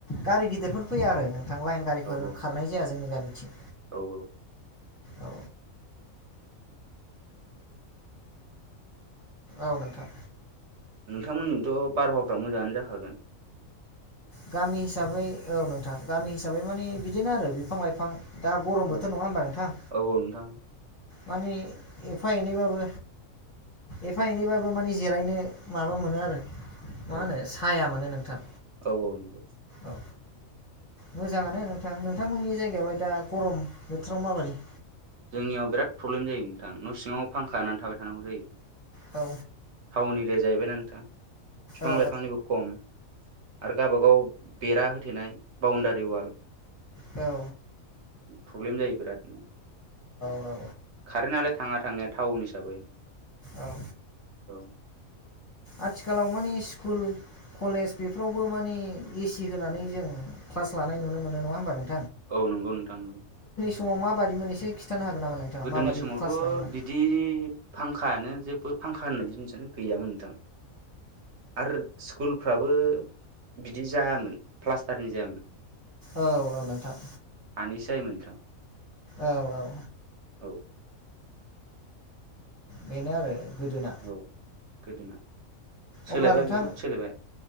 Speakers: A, on the left; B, on the right.
A: गारि गिदिरफोर फैया आरो नोंथां लाइन गारिफोर
B: औ औ
A: खारनाय जाया जोंनि गामिथिं।
B: औ औ
A: औ औ नोंथां।
B: नोंथांमोननिथ' बारहावाफ्रा मोजाङानो जाखागोन।
A: गामि हिसाबै औ नोंथां गामि हिसाबै माने बिदिनो आरो बिफां लाइफां। दा गरम
B: औ
A: बोथोर नङा होमबा नोंथां?
B: औ औ नोंथां
A: माने एफा एनैबाबो एफा एनैबाबो माने जिरायनो माबा मोनो आरो। मा
B: औ
A: होनो साया मोनो नोंथां
B: औ औ नंगौ
A: औ। मोजाङानो नोंथां। नोंथांमोननि जायगायावलाय दा गरम बोथ्राव माबारि?
B: जोंनियाव बिराद प्रब्लेम जायो नोंथां। न' सिङाव फांखा होनानै थाबाय थानांगौ जायो।
A: औ।
B: टाउन एरिया जाहैबायना नोंथां। फिफां
A: औ
B: लाइफांनिबो खम आरो गावबागाव बेरा होथेनाय बाउन्दारि वाल
A: औ
B: प्रब्लेम जायो बिराद
A: औ
B: कारेन्टालाय थाङा थांनाय टाउन हिसाबै
A: औ
B: औ
A: आथिखालाव माने स्कुल कलेज बेफोरावबो मानि एसि होनानै जों क्लास लानाय नुनो मोनो नङा होमबा नों
B: औ नंगौ नोंथां नंगौ।
A: समाव माबादिमोन एसे खिन्थानो हागोन नामा नोंथाङा
B: गोदोनि
A: माबादि
B: समावथ'
A: क्लास लायोमोन
B: बिदि फांखायानो जेबो फांखा होननाय जिनिसानो गैयामोन नोंथां आरो स्कुल फ्राबो बिदि जायामोन प्लास्टारनि जायामोन।
A: औ औ नोंथां।
B: हानिसो जायोमोन नोंथां।
A: औ औ
B: औ
A: बेनो आरो गोदोना।
B: औ गोदोना सोलायबाय
A: अब्ला नोंथां
B: बहुद सोलायबाय